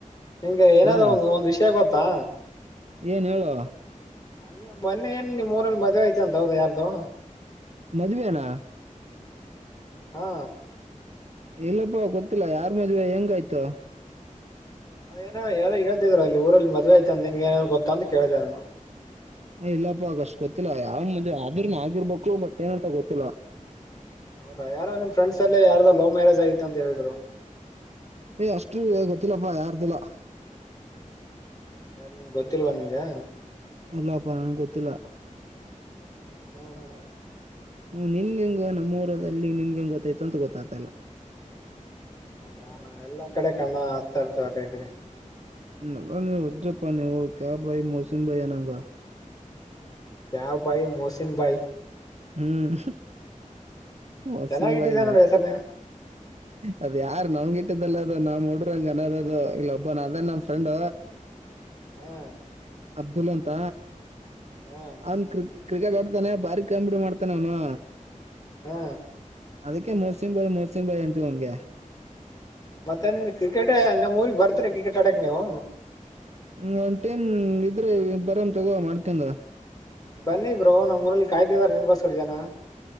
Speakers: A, on the left; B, on the right.
A: ನಿಂಗೆ ಏನಾದ್ರೂ
B: ಹಾ
A: ಒಂದ ಒಂದ್ ವಿಷಯ ಗೊತ್ತಾ.
B: ಏನ್ ಹೇಳು.
A: ಅಯ್ಯ ಮೊನ್ನೆ ಏನ್ ನಿಮ್ ಊರಲ್ಲಿ ಮದ್ವೆ ಆಯ್ತಂತೆ ಹೌದ ಯಾರ್ದು
B: ಮದ್ವೆ ನಾ.
A: ಹಾ
B: ಇಲ್ಲಪ್ಪಾ ಗೊತ್ತಿಲ್ಲ ಯಾರ್ ಮದ್ವೆ ಹೆಂಗಾಯ್ತು.
A: ಅದೇನೋ ಯಾರ ಹೇಳ್ತಿದ್ರರು ಅಲ್ಲಿ ಊರಲ್ಲಿ ಮದ್ವೆ ಆಯ್ತ ಅಂದ ನಿನ್ಗೆ ಏ ಗೊತ್ತಾ ಅಂತ ಕೇಳಿದೆ ನಾನು.
B: ಹ ಇಲ್ಲಪ್ಪ ಆಗಷ್ಟು ಗೊತ್ತಿಲ್ಲ ಯಾವ ಮುಂಜೆ ಆದರ್ನ ಆಗಿರ್ಬೇಕು ಬಟ್ ಏನಂತ ಗೊತ್ತಿಲ್ಲ.
A: ಹೌದಾ ಯಾರೋ ನಿಮ್ ಫ್ರೆಂಡ್ಸ್ ಅಲ್ಲೇ ಯಾರ್ದ ಲವ್ ಮ್ಯಾರೇಜ್ ಆಯತ ಅಂತ ಹೇಳಿದ್ರು.
B: ಏ ಅಷ್ಟು ಗೊತ್ತಿಲ್ಲಪ್ಪಾ ಯಾರ್ದಿಲ್ಲ.
A: ಯಾರ್ ನಿನ್ ಗೊತ್ತಿಲ್ವಾ ನಿನ್ಗೆ.
B: ಎಲ್ಲಾ ಪ ನಾನಿಗ್ ಗೊತ್ತಿಲ್ಲ.
A: ಹ್ಮ್ ಹ್ಮ್
B: ಹ್ಮ ನಿನ್ಗೆ ಹೆಂಗ ನಮ್ಮ ಊರ ಅಲ್ಲಿ ನಿನ್ಗೆ ಹೆಂಗ್ ಗೊತ್ತಾಯತ ಅಂತ ಗೊತ್ತಾಯ್ತಲ್ಲ.
A: ಹೌದಾ ನಾ ಎಲ್ಲಾ ಕಡೆ ಕಣ್ಣ ಹಾಕ್ತಾ ಇರ್ತವೆ ಆ ಕಡೆ ಈ ಕಡೆ.
B: ನಲ್ಲಾ ನೀ <unintelligible> ನೀವು ಕ್ಯಾ ಬಾಯ್ ಮೋಸಿನ್ಬಯ್ ಅನಂಗ.
A: ಕ್ಯ ಭಾಯ್ ಮೋಸಿನ್ ಭಾಯ್.
B: ಹ್ಮ್ ಮೊಸಿಂ
A: ಚೆನ್ನಾಗಿಟ್ಟಿದ್ದ
B: ಬಾಯಿ
A: ನೋಡಿ ಹೆಸರ್ನ
B: ಅದು ಯಾರು ನನ್ಗೆ <unintelligible> ಅನದದು ಇಲ್ಲ ಒಬ್ಬ ನ ಅದನ್ ನಮ ಫ್ರಂಡ್
A: ಹಾ
B: ಅಬ್ದುಲ್ ಅಂತ
A: ಹಾ
B: ಅವನ್ ಕ್ರಿ ಕ್ರಿಕೆಟ್ ಹೊಡ್ತಾನೆ ಬಾರಿ ಕಾಮಿಡಿ ಮಾಡ್ತಾನ ಅವನು.
A: ಹಾ
B: ಅದಕ್ಕೆೆ ಮೋಸಿಂ ಬಾಯ್ ಮೋಸಿಂ ಬಾಯ್ ಅಂತಿವ್ ಅವನ್ಗೆ.
A: ಮತ್ತೆನ್ ಕ್ರಿಕೆಟ ನಮ್ಮ್ ಊರಿಗೆ ಬರ್ತರಿ ಕ್ರಿಕೆಟ್ ಆಡಕ್ ನೀವು
B: ಹ ಒಂದ್ ಟೀಮ್ ಇದ್ರೆ ಬರನ್ ತಗೋ ಮಾಡ್ಕಂದ
A: ಬನ್ನಿ ಬ್ರೋ ನಮ್ಮ್ ಊರಲ್ಲಿ ಕಾಯ್ತಿದಾರ ನಿಮ್ಗೋಸ್ರ ಜನ